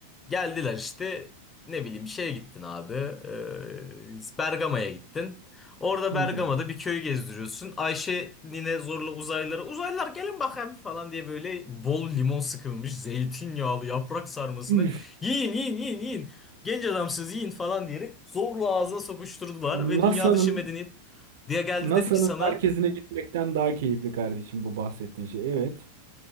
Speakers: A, on the left (about 15°); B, on the right (about 55°).
A: geldiler işte ne bileyim şeye gittin abi ee, Bergama'ya gittin. Orada
B: Hı
A: Bergama'da
B: hı.
A: bir köyü gezdiriyorsun. Ayşe nine zorla uzaylılara uzaylılar gelin bakayım falan diye böyle bol limon sıkılmış zeytinyağlı yaprak sarmasını
B: Üf,
A: yiyin yiyin yiyin yiyin. Genç adamsız yiyin falan diyerek zorla ağzına sokuşturdular
B: NASA'nın
A: ve dünya dışı medeniyet diye geldi dedi
B: NASA'nın
A: ki sana
B: merkezine gitmekten daha keyifli kardeşim bu bahsettiğin şey. Evet.